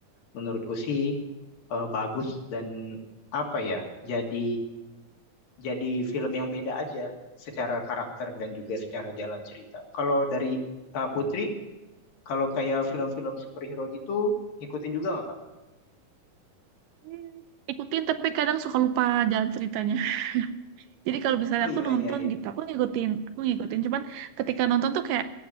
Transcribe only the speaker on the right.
Hmm, Ikutin tapi kadang suka lupa jalan ceritanya. <laughs> Jadi kalau misalnya
aku nonton
gitu, aku ngikutin, aku ngikutin. Cuman ketika nonton tuh kayak,